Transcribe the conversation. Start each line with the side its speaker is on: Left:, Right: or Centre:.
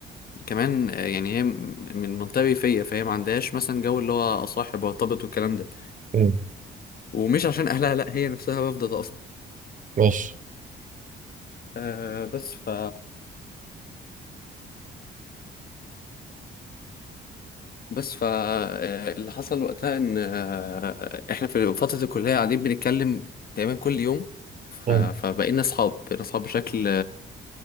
Left: كمان آه، يعني هي من منطقة ريفية فهي ما عندهاش مثلا جو اللي هو أصاحب وارتبط والكلام ده
Right: مم.
Left: ومش عشان أهلها لأ هي نفسها رافضة ده أصلا
Right: ماشي
Left: آه بس ف بس ف آه، اللي حصل وقتها إن آه، إحنا في فترة الكلية قاعدين بنتكلم تقريبا كل يوم ف...
Right: مم.
Left: فبقينا أصحاب بقينا أصحاب بشكل